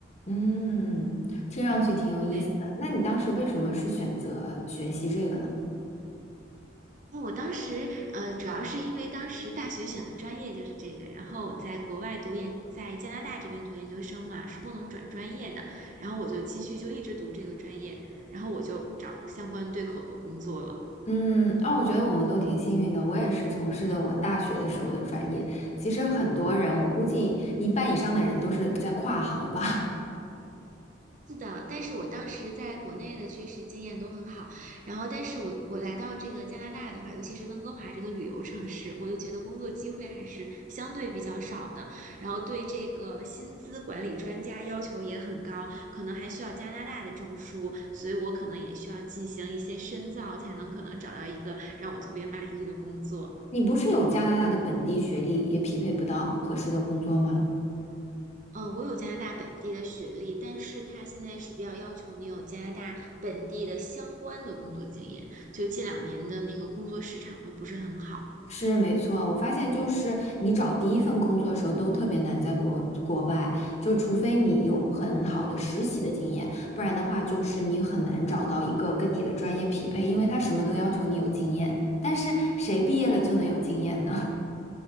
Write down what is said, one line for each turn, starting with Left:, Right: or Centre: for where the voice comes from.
Left: 嗯，听上去挺有意思的。
Right: 对。
Left: 那你当时为什么是选择学习这个呢？
Right: 那我当时，呃，主要是因为当时大学选的专业就是这个，然后我在国外读研，在加拿大这边读研究生嘛，是不能转专业的，然后我就继续就一直读这个专业，然后我就找相关对口的工作了。
Left: 嗯，啊，我觉得我们都挺幸运的。我也是从事的我大学的时候的专业。其实很多人，我估计一半以上的人都是在跨行吧。
Right: 是的，但是我当时在国内的确实经验都很好，然后但是我我来到这个加拿大的话，尤其是温哥华这个旅游城市，我就觉得工作机会还是相对比较少的，然后对这个薪资管理专家要求也很高，可能还需要加拿大的证书，所以我可能也需要进行一些深造，才能可能找到一个让我特别满意的工作。
Left: <laughs> 你不是有加拿大的本地学历，也匹配不到合适的工作吗？
Right: 嗯，呃我有加拿大本地的学历，但是他现在是比较要求你有加拿大本地的相关的工作经验。就近两年的那个工作市场都不是很好，
Left: 是没错，我发现就是你找第一份工作的时候都特别难，在国国外，就除非你有很好的实习的经验，不然的话就是你很难找到一个跟你的专业匹配，因为他什么都要求你有经验，但是谁毕业了就能有经验呢？